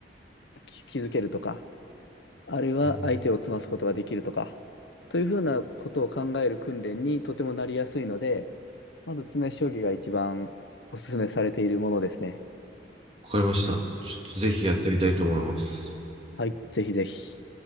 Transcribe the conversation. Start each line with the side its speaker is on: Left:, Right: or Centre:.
Left: 気気づけるとか、あるいは相手を詰ますことができるとか、
Right: うん
Left: というふうなことを考える訓練にとてもなりやすいので、まず詰め将棋が一番おすすめされているものですね。
Right: わかりました。ちょっとぜひやってみたいと思います。
Left: はい、ぜひぜひ。